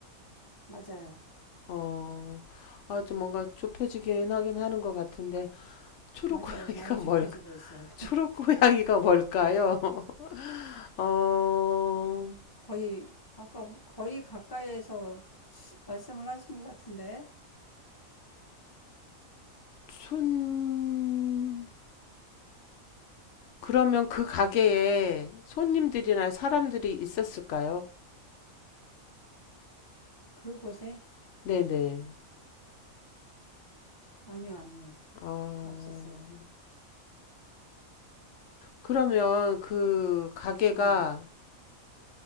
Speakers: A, on the left; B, on the left.
A: 맞아요.
B: 어, 아, 좀 뭔가 좁혀지긴 하긴 하는 것 같은데, 초록고양이가
A: 맞아요. 많이
B: 뭘까?
A: 좁혀지고 있어요.
B: 초록고양이가 뭘까요? <laughs> 어,
A: 거의, 아까 거의 가까이에서 말씀을 하신 것 같은데,
B: 순, 그러면 그 가게에 손님들이나 사람들이 있었을까요?
A: 그곳에?
B: 네네.
A: 아니요, 아니요.
B: 어,
A: 없었어요.
B: 그러면 그 가게가
A: 네.